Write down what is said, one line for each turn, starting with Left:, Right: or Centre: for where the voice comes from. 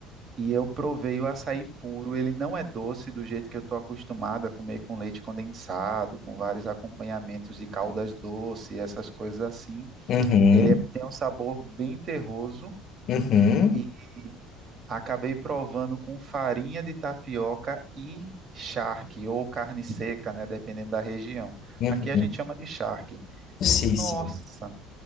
Right: E eu provei o açaí puro. Ele não é doce do jeito que eu estou acostumado a comer com leite condensado, com vários acompanhamentos de caldas doce, essas coisas assim.
Left: Uhum.
Right: Ele é- tem um sabor bem terroso
Left: Uhum.
Right: e acabei provando com farinha de tapioca e charque, ou carne seca, né? Dependendo da região.
Left: Uhum.
Right: Aqui a gente chama de charque.
Left: Sim,
Right: Nossa,
Left: sim.